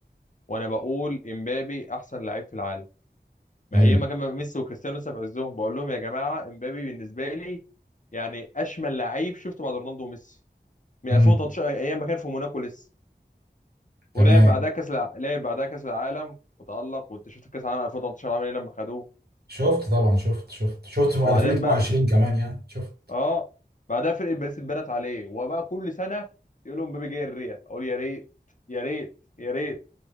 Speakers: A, on the left; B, on the right.
A: وانا بقول امبابي احسن لعيب في العالم ما
B: امم
A: ايام ما كان ميسي وكريستيانو لسه في عزهم بقول لهم يا جماعه امبابي بالنسبه لي يعني اشمل لعيب شفته بعد رونالدو وميسي من
B: امم
A: 2013 ايام ما كان في موناكو لسه ولعب
B: تمام
A: بعدها كاس الع... لعب بعدها كاس العالم وتالق وانت شفت كاس العالم 2018 عمل ايه لما خدوه
B: شفت طبعا شفت شفت شفت في
A: وبعدين
B: 2022
A: بقى
B: كمان يعني شفت
A: اه بعدها فرقه باريس اتبنت عليه وبقى كل سنه يقول لهم امبابي جاي الريال اقول يا ريت يا ريت يا ريت